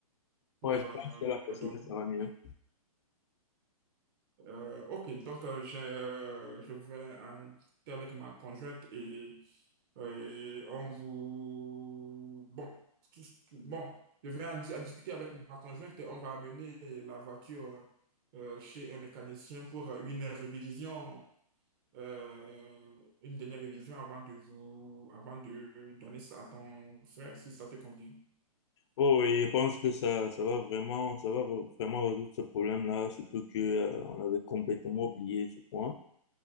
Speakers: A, on the right (about 35°); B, on the left (about 50°).
A: pour
B: Ouais, je
A: euh,
B: pense que
A: leur
B: la Mercedes,
A: donner.
B: ça va mieux.
A: Euh, ok, donc euh, je, euh, je vais en discuter avec ma conjointe et, euh, et on vous... Bon, tout ce que- bon, je vais en, di- en discuter avec ma conjointe et on va amener la voiture euh, chez un mécanicien pour une révision, euh, une dernière révision avant de vous, avant de donner ça à ton frère si ça te convient.
B: Oh, et je pense que ça, ça va vraiment, ça va re- vraiment résoudre ce problème-là, surtout que, euh, on avait complètement oublié ce point.